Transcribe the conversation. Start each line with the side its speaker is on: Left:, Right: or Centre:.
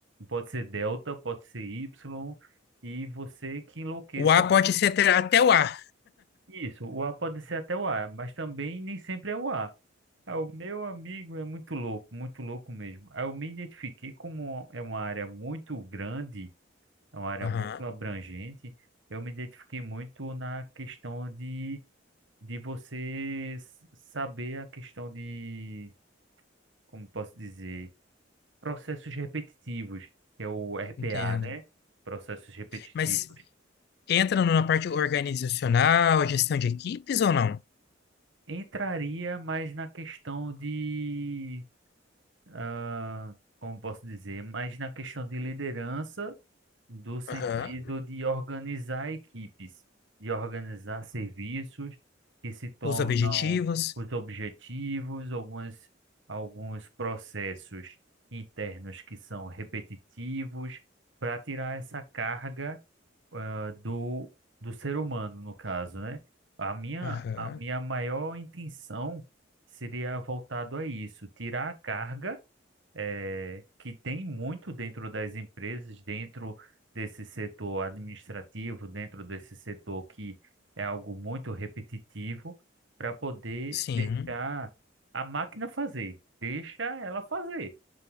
Right: pode ser delta, pode ser Y, e você que enlouqueça
Left: O A pode ser até, até o A.
Right: isso, o A pode ser até o A, mas também nem sempre é o A. Ah, o meu amigo é muito louco, muito louco mesmo. Aí eu me identifiquei como é uma área muito grande, é uma área
Left: Aham,
Right: muito abrangente. Eu me identifiquei muito na questão de, de você s- saber a questão de, como posso dizer, processos repetitivos, que é o RPA,
Left: entendo.
Right: né? Processos repetitivos.
Left: Mas entra numa parte organizacional, gestão de equipes ou não?
Right: Entraria mais na questão de ah, como posso dizer, mas na questão de liderança, do sentido
Left: Aham.
Right: de organizar equipes, de organizar serviços que se tornam
Left: Os objetivos.
Right: os objetivos, algumas, alguns processos internos que são repetitivos, para tirar essa carga, ah, do, do ser humano, no caso, né? A minha,
Left: Aham.
Right: a minha maior intenção seria voltado a isso, tirar a carga eh, que tem muito dentro das empresas, dentro desse setor administrativo, dentro desse setor que é algo muito repetitivo, para poder
Left: Sim.
Right: deixar a máquina fazer, deixa ela fazer.